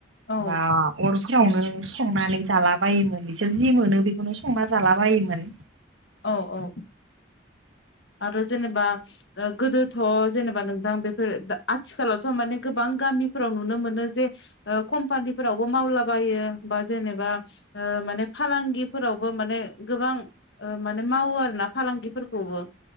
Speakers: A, on the left; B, on the right.
A: औ
B: बा अर सावनो संनानै जाला बोयोमोन बिसोर जि मोनो बेखौनो संना जाला बायोमोन।
A: औ-औ आरो जेनेबा ओ गोदोथ जेनेबा नोंथां बेफोर आथिखालावथ माने गोबां। गामिफोराव नुनो मोनो जे कमपानिफोरावबो मावलाबायो बा जेनेबा ओ ओ‌ माने फालांगिफोरावबो माने गोबां ओ माने मावो आरो ना फालांगिफोरखौबो